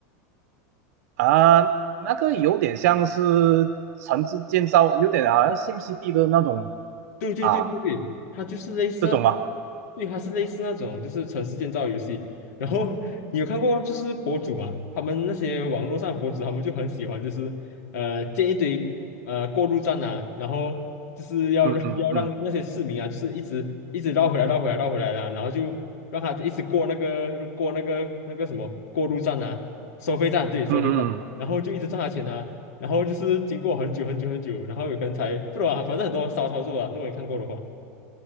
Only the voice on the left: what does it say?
对对对对对，
它就是类似那种，
对，它是类似那种就是城市建造游戏。然后你有看过就是博主嘛，他们那些网络上的博主，他们就很喜欢就是呃建一堆呃过路站啊，然后就是要让要让那些市民啊，
就是一直一直绕回来绕回来绕回来的，然后就让他一直过那个过那个那个什么过路站啊，收费站，对，收费站。
然后就一直赚他钱啊。然后就是经过很久很久很久，然后有可能才不知道啊，反正很多骚操作啊。如果你看过的话，